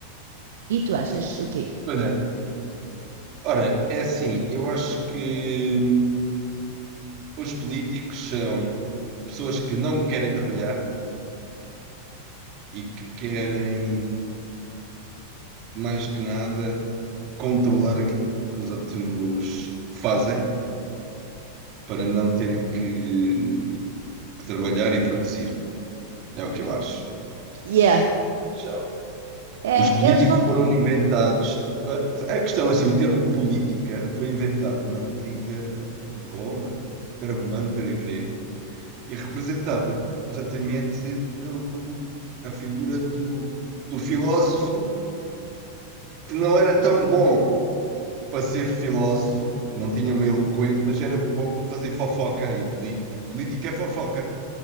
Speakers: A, on the right; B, on the right.
A: E tu achas o quê?
B: Pois é. Ora, é assim, eu acho que Os políticos são pessoas que não querem trabalhar e que querem, mais que nada, controlar aquilo que os outros fazem para não terem que, que trabalhar e produzir. É o que eu acho.
A: Yeah.
B: Já.
A: É,
B: Os políticos
A: eles vão.
B: foram inventados. A a questão, é assim, o termo política foi inventado na antiga Roma, para romano, para grego. e representava exatamente a, o- a figura do, do filósofo que não era tão bom para ser filósofo, não tinha uma eloquência, mas era bom para fazer fofoca e poli- política é fofoca.